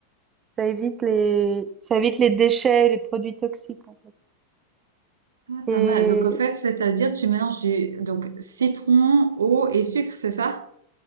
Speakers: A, on the right; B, on the right.
A: ça évite les, ça évite les déchets et les produits toxiques, en fait.
B: Ah,
A: Et
B: pas mal. Donc, en fait, c'est-à-dire, tu mélanges du, donc, citron, eau et sucre, c'est ça?